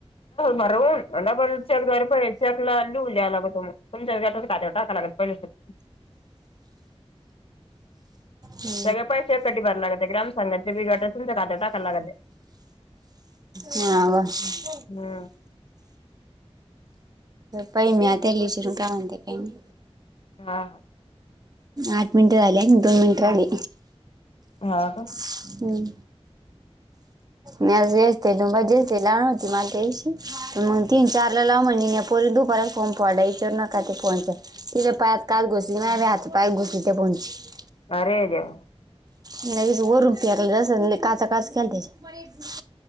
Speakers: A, on the left; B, on the right.
A: बरून डबल चेक द्वारे पैचे आपल्याला लिऊन द्याला पायजेल, खात्यावर टाकायला लागलं. पहील्या सारक
B: हम,
A: सगळे पैसे कटीराय लागात, ग्राम संघातचे बिघा तुमच्या खात्या टाकाय लागते.
B: हा बऽ
A: हा,
B: पहि म आ ते ललीचरू काय म्हतेे, काही नाही.
A: हा हा,
B: आठ मिनट झाली आणि, दोन मिनटं राहिली.
A: हा का,
B: हम्म, मी अस येस्तेस् लावान होती मझ्या, तर मग तीन चार ला लाव म्हऽ पोरी दुपारात फोन पोडला, इचवर नका ते फोन तिे, पायात काच घुसली मऽ बा घ तीथे पहचचे <unintelligible>
A: अरे रेऽ
B: लगेच गरम पयाला काचा काच क त्याचेऽ